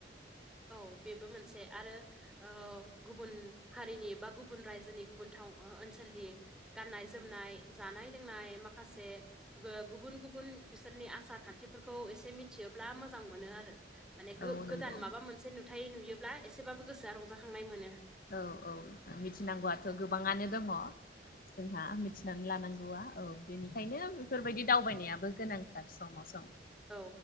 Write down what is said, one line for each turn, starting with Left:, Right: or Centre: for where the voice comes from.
Centre: औ बेबो मोनसे आरो। औ गुबुन हारिनि बा गुबुन रायजोनि गुबुन थाव ओनसोलनि। गाननाय जोमनाय जानाय लोंनाय माखासे बो गुबुन गुबुन बिसोरनि आसार खान्थिफोरखौ एसे मिथियोब्ला मोजां मोनो आरो। माने गो
Left: औ
Centre: गोदान
Left: नंगौ
Centre: माबा मोनसे नुथाय नुयोब्ला एसेबाबो गोसोआ रंजाखांनाय मोनो।
Left: औ औ मिथिनांगौआथ' गोबाङानो दङ। जोंहा मिथिनानै लानांगौआ औ बेनिखायनो बेफोरबायदि दावबायनायाबो गोनांथार समाव सम।
Centre: औ